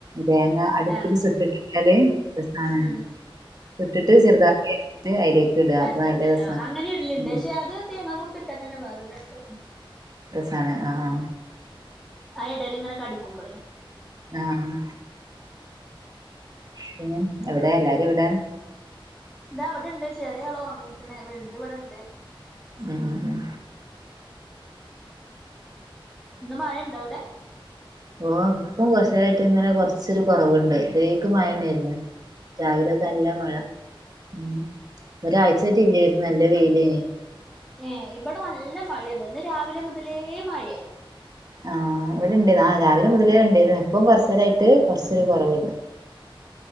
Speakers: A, on the right (about 45°); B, in the centre.
A: തേങ്ങ അടുപ്പില്
B: ആഹ്
A: ചുട്ടിട്ടാല് രസാണ്ന്ന്
B: ഉം
A: ചുട്ടിട്ട് ചെറുതാക്കി അരിഞ്ഞിട്ട് അയിലേക്ക് ഇടാ അപ്പൊ
B: അരിഞ്ഞിട്ടെലോ
A: നല്ല രസാ
B: അങ്ങനിടലുണ്ട്
A: ഉം
B: പക്ഷെ അത് തേങ്ങാകൊത്ത് ഇട്ടാ തന്നെ വേറൊരു ടേസ്റ്റ
A: രസാണ് ആഹാ
B: അയെടേലിങ്ങനെ കടിക്കുമ്പളേ
A: ആഹ് പിന്നെ എവിടെ എല്ലാരും എവിടെ
B: ഇതാ ഇവിടെണ്ട് ചെറിയ ആള് ഉറങ്ങിക്ക്ണ് വെലുത് ഇവടെണ്ട്.
A: ഉം ഉം ഉം
B: ഇന്ന് മഴയുണ്ടോവിടെ
A: ഓഹ് ഇപ്പം കൊറച്ചേരായിട്ട് ഇങ്ങനെ കൊറച്ചൊരു കൊറവുണ്ട് ഇത്രേക് മഴണ്ടായിരുന്നു. രാവിലൊക്കെ നല്ല മഴ ഉം ഒരാഴ്ചായിട്ട് ഇല്ലായിരുന്നു നല്ല വെയിലേന്
B: ഏഹ് ഇവിടെ നല്ല മഴേന്ന് ഇന്ന് രാവിലെ മുതലേ മഴയാ
A: ആഹ് ഇവിടെണ്ട് ന രാവിലെ മുതലേ ഉണ്ടെന് ഇപ്പം കൊറച്ചേരായിട്ട് കൊറച്ചൊരു കൊറവുണ്ട്.